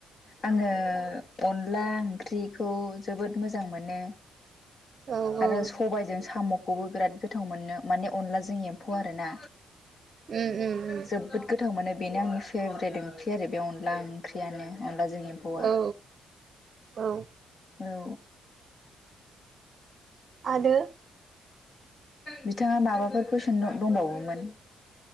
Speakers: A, on the left; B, on the right.
A: आङो अनला ओंख्रिखौ जोबोद मोजां मोन नो
B: औ
A: आरो
B: औ
A: सबायजों साम' खौबो बिराद गोथाव मोननो माने अनलाजों एम्फौ आरोना
B: उम उम उम
A: जोबोद गोथाव मोनो बेनो आंनि फेभरेट ओंख्रि आरो बे अन ला ओंख्रियानो अनलाजों एम्फौआ
B: औ औ
A: औ
B: आरो
A: बिथाङा माबाफोर कुइसन द दंबावोमोन